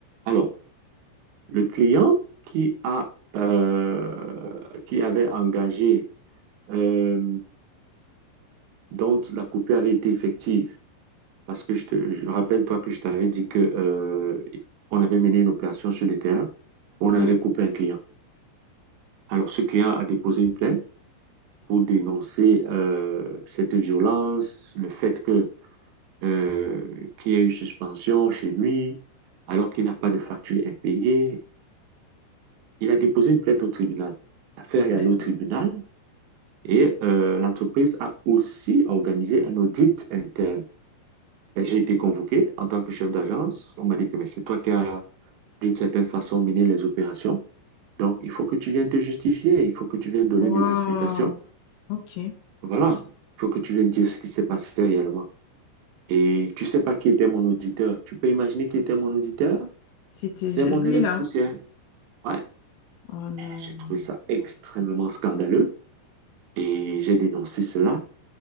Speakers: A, on the right; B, on the left.
A: Alors, le client qui a, euh, qui avait engagé, euh, dont la coupure avait été effective, Parce que je te, je rappelle, toi, que je t'avais dit que, euh, on avait mené une opération sur le terrain. On avait
B: Mm,
A: coupé un client. Alors, ce client a déposé une plainte pour dénoncer euh, cette violence, le fait que euh, qu'il y a eu suspension chez lui, alors qu'il n'a pas de facture impayée. Il a déposé une plainte au tribunal. L'affaire est
B: D'accord.
A: allée au tribunal et euh, l'entreprise a aussi organisé un audit interne. Et J'ai été convoqué en tant que chef d'agence. On m'a dit que mais c'est toi qui as d'une certaine façon mener les opérations. Donc, il faut que tu viennes te justifier, il faut que tu viennes donner
B: Wow,
A: des explications.
B: ok.
A: Voilà, il faut que tu viennes dire ce qui s'est passé réellement. Et tu sais pas qui était mon auditeur. Tu peux imaginer qui était mon auditeur?
B: C'était
A: C'est mon
B: lui
A: électricien.
B: là.
A: Ouais,
B: Oh non.
A: j'ai trouvé ça extrêmement scandaleux et j'ai dénoncé cela.